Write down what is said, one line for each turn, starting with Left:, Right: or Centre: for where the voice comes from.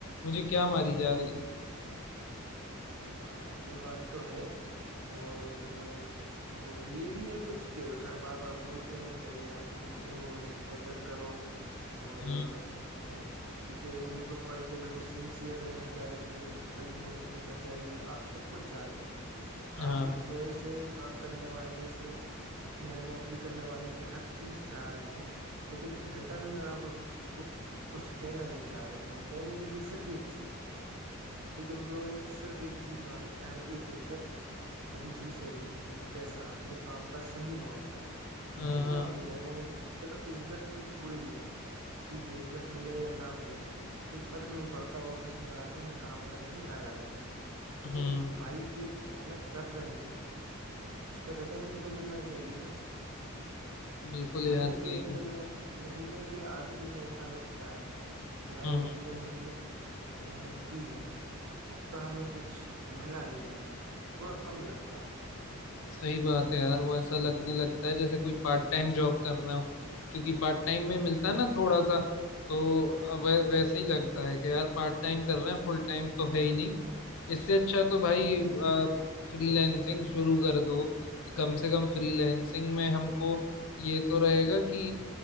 Left: मुझे क्या मारी जा रही है
Right: हाँ यार ये बात तो है और अ, ये भी है कुछ के सर बार बार बोलते हैं कि अरे आप कंपनी हो इसकी कदर करो और
Left: हम्म,
Right: अ, एक एम्प्लॉय को बिल्कुल सिंसियर रहना चाहिए कड़ी मेहनत करना चाहिए आप सबको चाहते हैं
Left: हाँ
Right: आप एम्प्लॉय से काम करने वाले से अपने यहाँ नौकरी करने वाले से हर चीज चाह रहे हैं लेकिन रिटर्न में आप उसको कुछ देना नहीं चाह रहे और देने के लिए सिर्फ एक चीज एक एम्प्लॉय सिर्फ एक चीज मांगता है एक इज्जत और दूसरी सैलरी यानी पैसा अपने काम का सही मुआवजा
Left: हाँ
Right: लेकिन
Left: हाँ
Right: आप वो देना नहीं चलो इज्जत तो छोड़िए आप ठीक है इज्जत मिले या ना मिले कोई फर्क नहीं पड़ता ऑफिस में आते हैं काम करते हैं घर आ जाते हैं लेकिन
Left: हम्म
Right: भाई जो मेहनत कर रहे हैं उसका रिटर्न भी तो मिलना चाहिए ना
Left: बिल्कुल यार
Right: मंथ
Left: सही
Right: के एंड
Left: बात
Right: में महीने के आखिरी में ऐसा लगता है कि भाई
Left: हम्म
Right: हमने महीने की मेहनत की है उसका हमें कुछ मिला नहीं वैसा थोड़ा कम लगता है
Left: सही बात है यार वो ऐसा लगने लगता है जैसे कोई पार्ट टाइम जॉब कर रहा हो क्योंकि पार्ट टाइम में मिलता है ना थोड़ा सा तो वै, वैसे ही लगता है कि यार पार्ट टाइम कर रहे हैं फुल टाइम तो है ही नहीं इससे अच्छा तो भाई फ्रीलैंसिंग शुरू कर दो कम से कम फ्रीलैंसिंग में हमको ये तो रहेगा कि